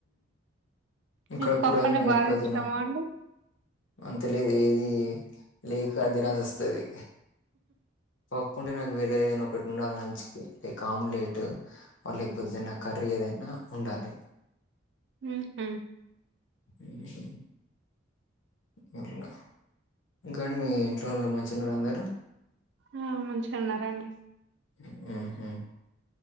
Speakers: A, on the left; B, on the right.
A: ఇక్కడ
B: మీకు పప్పంటే
A: కూరగాయలు మేము
B: బాగ
A: ఎక్కువ
B: ఇష్టమా
A: తినం
B: అండి
A: అంత లేదు ఏది లేక దినాల్సివస్తది పప్పు ఉంటే నాకు వేళేదైనా ఒకటి ఉండాలి నంచ్కి లైక్ ఆమ్లెట్ వాళ్ళేకపొతేన్న కర్రీ ఏదైనా ఉండాలి
B: ఉహ్
A: ఆహ్ అట్లనా ఇంకాండి మీ ఇంట్లో వాళ్ళు మంచిగున్నరా అందరు
B: ఆ మంచిగున్నారండి
A: మ్మ్ హ్మ్